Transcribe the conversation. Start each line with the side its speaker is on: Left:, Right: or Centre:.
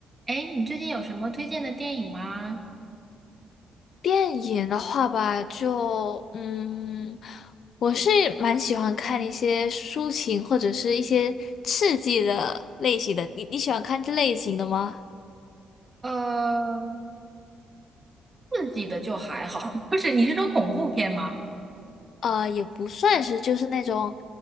Right: 哎，你最近有什么推荐的电影吗？
Left: 电影的话吧，就嗯，我是蛮喜欢看一些抒情或者是一些刺激的类型的。你你喜欢看这类型的吗？
Right: 呃，刺激的就还好，<laughs> 就是你是说恐怖片吗？
Left: 呃，也不算是，就是那种